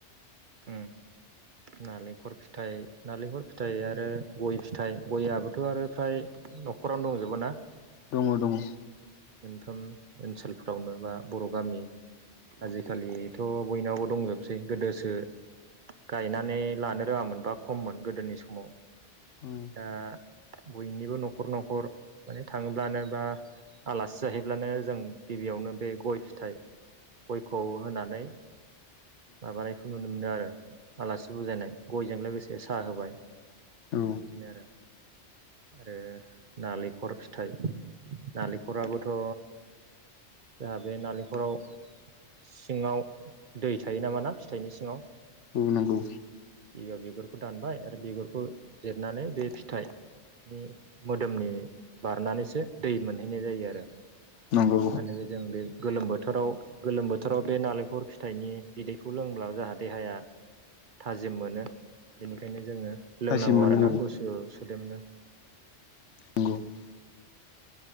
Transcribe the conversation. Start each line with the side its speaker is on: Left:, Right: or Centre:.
Right: उम नालेंखर फिथाय नालेंखर फिथाइ आरो गय फिथाइ गयाबो थ' आरो फ्राय न'खरावनो दंजोबो ना
Left: दङ दङ
Right: मोनफ्रोम ओनसोलफोरावनो बा बर' गामि आजिखालि थ' बयनावबो दंजोबसै गोदोसो गायनानै लानो रोङामोन बा खममोन गोदोनि समाव
Left: <unintelligible>
Right: दा बयनिबो न'खर न'खर माने थाङोब्लानो बा आलासि जाहैब्लानो जों गिबियावनो बे गय फिथाइ गयखौ होनानै माबानायखौ नुनो मोनो आरो आलासि बुजायनाय गयजों लोगोसे साहा होबाय
Left: औ
Right: बिदिनो आरो नालेंखर फिथाइ नालेंखराबो थ' जोंहा बे नालेंखराव सिङाव दै थायो नामा ना फिथाइनि सिङाव
Left: उम नंगौ
Right: गिबियाव बिगुरखौ दानबाय आरो बिगुरखौ जिरनानै बे फिथाइ नि मोदोमनि बारनानैसो दै मोनहैनाय जायो आरो
Left: नंगौ
Right: माने बे जों बे गोलोम बोथोराव गोलोम बोथोराव बे नालें हखर फिथाइनि बिदैखौ लोंब्ला जोंहा देहाया थाजिम मोनो। बेनिखायनो जोङो
Left: थाजिम
Right: लोंनांगौ
Left: मोनो
Right: आरोना
Left: औ
Right: गुसु सुदेमनो।
Left: नों गु <unintelligible>